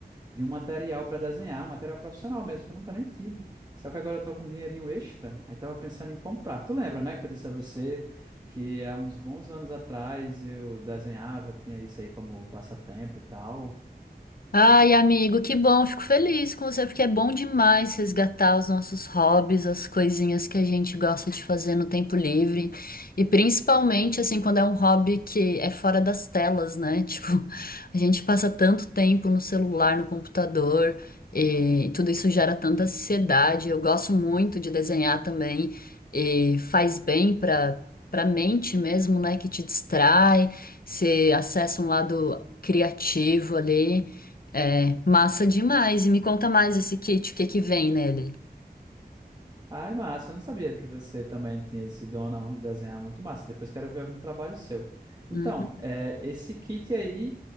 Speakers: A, on the right; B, on the left.
A: de um material para desenhar, um material profissional mesmo, que eu nunca nem tive. Só que agora eu tô com um dinheirinho extra, aí tava pensando em comprar. Tu lembra, né, que eu disse a você que há uns bons anos atrás eu desenhava, tinha isso aí como passatempo e tal.
B: Ai, amigo, que bom, fico feliz com você, porque é bom demais resgatar os nossos hobbies, as coisinhas que a gente gosta de fazer no tempo livre. E principalmente, assim, quando é um hobby que é fora das telas, né? <laughs> Tipo, a gente passa tanto tempo no celular, no computador, e tudo isso gera tanta ansiedade. Eu gosto muito de desenhar também, e faz bem para para mente mesmo, né? Que te distrai, você acessa um lado criativo ali. É, massa demais. E me conta mais esse kit, o que que vem nele?
A: Ai, massa, eu não sabia que você também tinha esse dom na onda de desenhar, muito massa. Depois quero ver algum trabalho seu. Então,
B: Uhum.
A: é, esse kit aí,